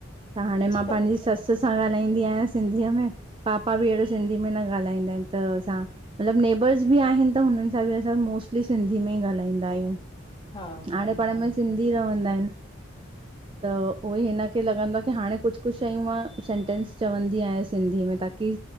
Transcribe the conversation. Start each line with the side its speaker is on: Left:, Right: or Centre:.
Right: त हाणे
Left: अच्छा
Right: मां पाँजी सस सां ॻाल्हाईंदी आंयां सिंधीअ में। पापा बि एहड़ो सिंधी में न ॻाल्हाईंदाइन त असां मतलब नेबर्स। बि आहिन त हुनन सां बि असां मोस्टली सिंधी में ई ॻाल्हाईंदा आयूं
Left: हा हा
Right: आॾे पाॾे
Left: हा
Right: में सिंधी। हि रहंदाइन। त उहो ई हिनखे लॻंदो आ की हाणे कुछ कुछ शयूं मां सेंटेंस चवंदी आयां सिंधी में ताकी।